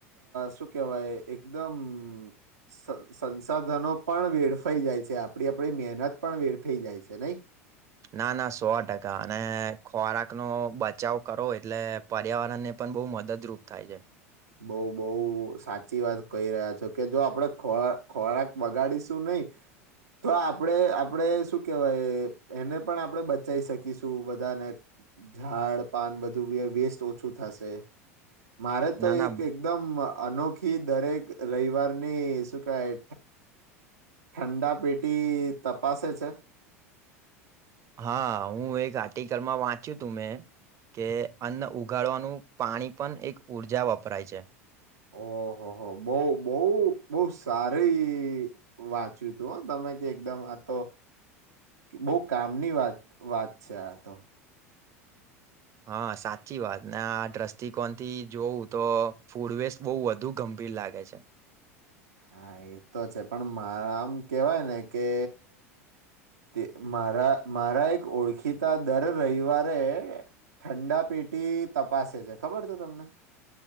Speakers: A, on the right; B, on the right.
A: શું કેવાય એકદમ સ સંસાધનો પણ વેડફાઈ જાય છે, આપડી આપણી મહેનત પણ વેડફ ફાઈ જાય છે, નહીં?
B: ના ના સો ટકા. અને ખોરાકનો બચાવ કરો એટલે પર્યાવરણને પણ બહુ મદદરૂપ થાય છે.
A: બઉ, બહુ સાચી વાત કહી રહ્યા છો, કે જો આપડે ખોર ખોરાક બગાડીશું નહીં, તો આપણે આપણે શું કેહેવાય, એને પણ આપણે બચાઈ શકીશું બધાને. ઝાડ પાન બધું વે વેસ્ટ ઓછું થશે. મારે તો
B: ના ના
A: એક એકદમ અનોખી દરેક રઈવારની, શું કહેવાય ઠંડા પેટી તપાસે છે?
B: હા, હું એક આર્ટિકલમાં વાંચ્યું તું મેં કે અન્ન ઉગાડવાનું પાણી પણ એક ઊર્જા વપરાય છે.
A: ઓહહ બહુ બહુ, બહુ સારી વાંચ્યું તું હં તમે કે એકદમ, આ તો બહુ કામની વાત, વાત છે આ તો.
B: હા સાચી વાત. ને આ દ્રષ્ટિકોણથી જોવું તો ફૂડ વેસ્ટ બઉ વધુ ગંભી ભીર લાગે છે.
A: હા એતો છે, પણ મારા આમ કેવાય ને કે તે મારા મારા એક ઓળખીતા દર રવિવારે ઠંડા પેટી તપાસ છે, ખબર છે તમને